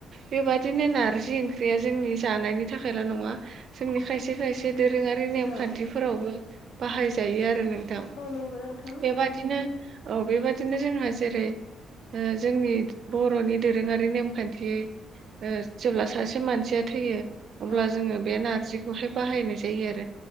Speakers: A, on the right (about 60°); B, on the left (about 80°).
A: बेबादिनो नारजि ओंख्रिया जोंनि जानायनि थाखायल' नङा जोंनि खायसे खायसे दोरोङारि नेमखान्थिफोरावबो
B: औ
A: बाहायजायो आरो नोंथां
B: औ नंगौ नोंथां
A: बेबादिनो औ बेबादिनो जोंहा जेरै जोंनि बर'नि दोरोङारि नेमखान्थि जेब्ला सासे मानसिया थैयो अब्ला
B: औ
A: जोङो बे नारजि बाहायनाय जायो आरो